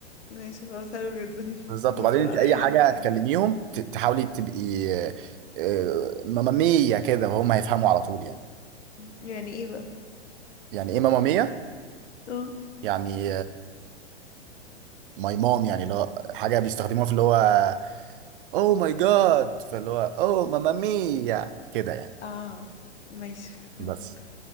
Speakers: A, on the left; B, on the right.
A: ماشي خلاص حلو جدا <laughs>
B: بالظبط
A: ندخل
B: وبعدين انت
A: على
B: اي
A: اي
B: حاجه
A: حد
B: تكلميهم
A: كده
B: ت- تحاولي تبقي آه، ماما ميا كده وهم هيفهموا على طول يعني
A: يعني ايه بقى
B: يعني ايه ماما ميا
A: اه
B: يعني ماي مام يعني اللي هو حاجه بيستخدموها في اللي هو اوه ماي جاد فاللي هو اوه ماما ميا كده يعني
A: اه ماشي فهمت
B: بس